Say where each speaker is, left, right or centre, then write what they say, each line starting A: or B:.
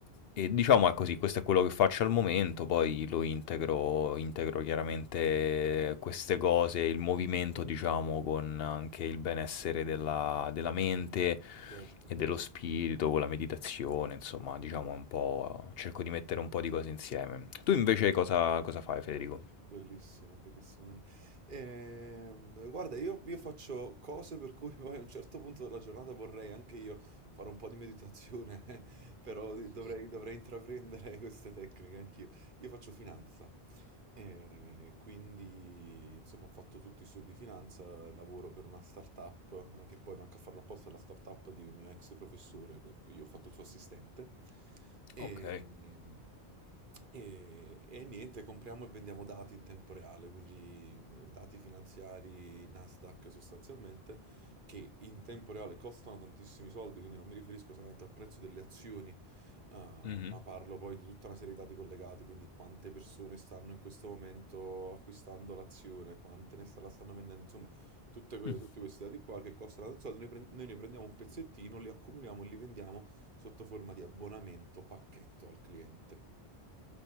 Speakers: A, on the left; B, on the right.
A: e diciamo è così, questo è quello che faccio al momento, poi lo integro, integro chiaramente queste cose, il movimento, diciamo, con anche il benessere della, della mente
B: certo.
A: e dello spirito, con la meditazione, insomma, diciamo un po', cerco di mettere un po' di cose insieme. Tu invece cosa, cosa fai, Federico?
B: Beh, Bellissimo, bellissimo Daniele. Ehm, guarda, io, io faccio cose per cui poi a un certo punto della giornata vorrei anche io fare un po' di meditazione, <laughs> però di- dovrei, dovrei intraprendere queste tecniche anch'io. Io faccio finanza. E quindi, insomma, ho fatto tutti i studi di finanza, lavoro per una startup, eh, che poi manca a farla apposta, è la startup di un mio ex professore, che- che io ho fatto il suo assistente. E,
A: Ok.
B: e- e niente, compriamo e vendiamo dati in tempo reale, quindi eh, dati finanziari Nasdaq sostanzialmente, che in tempo reale costano tantissimi soldi, quindi non mi riferisco solamente al prezzo delle azioni Ah,
A: Mhm.
B: ma parlo poi di tutta una serie di dati collegati, quindi quante persone stanno in questo momento acquistando l'azione, quante ne sta- la stanno vendendo, insomma, tutte que-
A: Mm.
B: tutti questi dati qua che costano tanti soldi, noi, pren- noi ne prendiamo un pezzettino, li accumuliamo e li vendiamo sotto forma di abbonamento pacchetto al cliente.